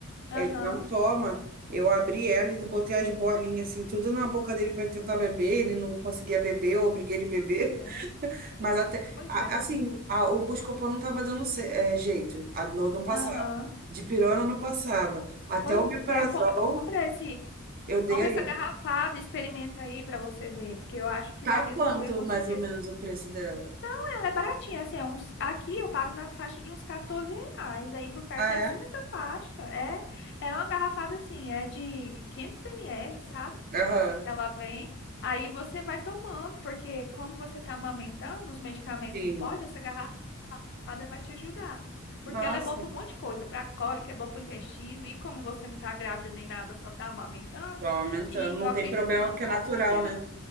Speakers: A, on the left; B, on the right.
A: Aham,
B: Ele não toma. Eu abri ela e botei as bolinhas assim, tudo na boca dele para ele tentar beber. Ele não conseguia beber, eu obriguei ele a beber.
A: pois é,
B: <laughs> Mas até,
A: pois
B: a-
A: é,
B: assim,
A: menina.
B: a- o Buscopan não estava dando ce- eh, jeito. A dor não passava.
A: aham.
B: De pirona não passava. Até
A: Pois
B: o omeprazol
A: é, compra, compra esse,
B: eu dei
A: compra
B: a ele.
A: essa garrafada, experimenta aí pra você ver, porque eu acho que
B: Tá
A: vai resolver
B: quanto
A: com
B: mais
A: certeza.
B: ou menos o preço dela?
A: Ah, Ela é baratinha, assim, é uns, aqui eu pago na faixa de uns 14 reais, aí por perto
B: Ah,
A: deve ser
B: é?
A: nessa faixa. É, é uma garrafada assim, é de 500 ml, sabe?
B: Aham,
A: Ela vem, aí você vai tomando, porque como você está amamentando, os medicamentos
B: sim.
A: não pode, essa garrafada vai te ajudar. Porque
B: Nossa,
A: ela é boa para um monte de coisa, para cólica, é boa para o intestino, e como você não está grávida nem nada, só está amamentando,
B: vai aumentando.
A: e
B: Não
A: eu acredito
B: tem problema
A: que não,
B: porque
A: com
B: é natural,
A: certeza
B: né?